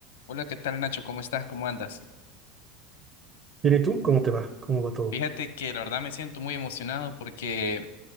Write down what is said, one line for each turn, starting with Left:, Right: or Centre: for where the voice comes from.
Left: Hola, ¿qué tal Nacho? ¿Cómo estás? ¿Cómo andas?
Right: Bien, ¿y tú? ¿Cómo te va? ¿Cómo va todo?
Left: Fíjate que la verdad me siento muy emocionado porque